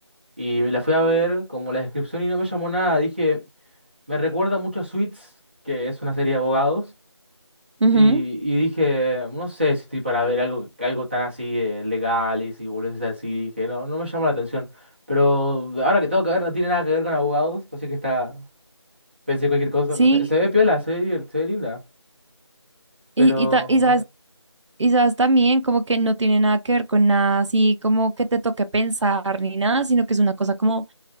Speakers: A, on the right (about 25°); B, on the right (about 85°).
A: Y me la fui a ver como la descripción y no me llamó nada. Dije, me recuerda mucho a Suits, que es una serie de abogados.
B: Ujú,
A: Y, y dije, no sé si estoy para ver algo, algo tan así eh, legal y si boludeces así. Dije, no, no me llama la atención. Pero ahora que tengo que ver, no tiene nada que ver con abogados. Así que está. Pensé cualquier cosa,
B: Sí,
A: pero se, se ve piola, se ve, divert- se ve linda. Pero.
B: y, y, ta- y sabes Y sabes también como que no tiene nada que ver con nada así como que te toque pensar ni nada, sino que es una cosa como,